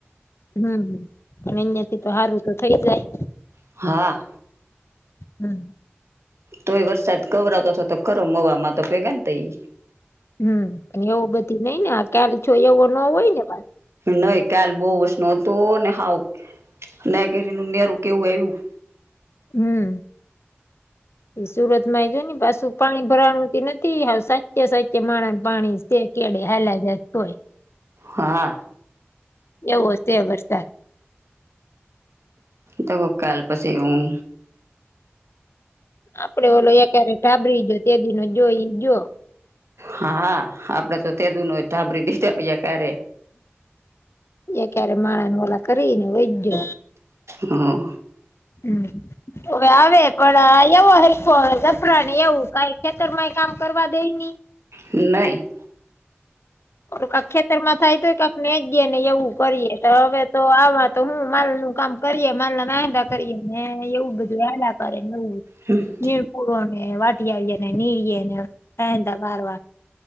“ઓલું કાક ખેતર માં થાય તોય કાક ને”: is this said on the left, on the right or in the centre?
Left